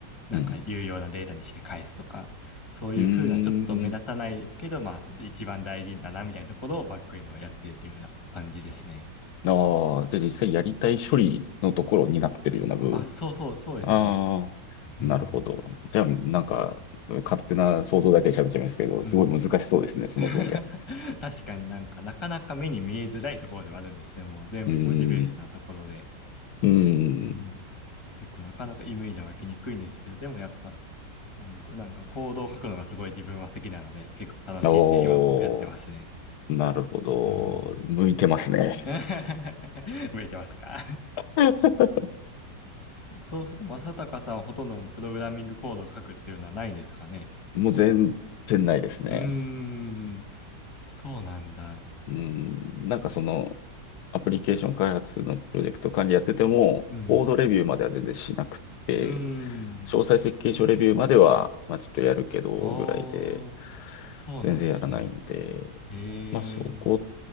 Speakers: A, on the left; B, on the left.
A: なんか有用なデータにして返すとか、
B: うん、
A: そういうふうな、
B: うん。
A: ちょっと目立たないけど、まあ、一番大事だな、みたいなところをバックエンドはやってるというような感じですね。
B: ああー、じゃあ実際やりたい処理のところになってるような部分。
A: あ、そうそう、そうですね。
B: ああ、
A: うん。
B: なるほど。じゃあ、なんか、勝手な想像だけで喋っちゃいますけど、
A: うん。
B: すごい難しそうですね、その分野。
A: <laughs> 確かになんか、なかなか目に見えづらいところではあるんですね。もう全部文字ベースなところで。
B: うーん、うーん。
A: うん。結構なかなかイメージは湧きにくいんですけど、でもやっぱ、もうなんか行動を書くのがすごい自分は好きなので、結構楽しいんで、
B: おー
A: 今もやってますね。
B: なるほど。
A: うん。
B: 向いてますね。
A: <laughs> 向いてますか
B: <laughs>
A: そうすると、正隆さんはほとんどプログラミングコードを書くっていうのはないんですかね。
B: もう全然ないですね。
A: うーん、そうなんだ。
B: うん、なんかその、アプリケーション開発のプロジェクト管理やってても、
A: うん、
B: コードレビューまでは全然しなくって、
A: うーん。
B: 詳細設計書レビューまでは、まあちょっとやるけど、
A: おー、
B: ぐらいで、
A: そうなんですね。
B: 全然やらないんで、
A: えー、
B: まあ、そこ